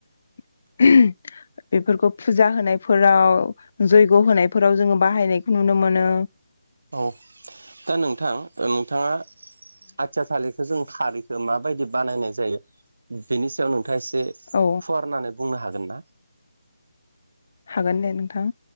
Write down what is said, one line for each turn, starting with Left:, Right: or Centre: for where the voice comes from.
Left: <inaudible> बेफोरखौ फुजा होनायफोराव जयग' होनायफोराव जोङो बाहायनायखौ नुनो मोनो
Right: औ दा नोंथां नोंथाङा आथिया थालिर जों खारैखौ माबायदि बानायनाय जायो बेनि सायाव नोंथाङा एसे
Left: औ
Right: फुवारनानै बुंनो हागोन ना
Left: हागोन दे नोंथां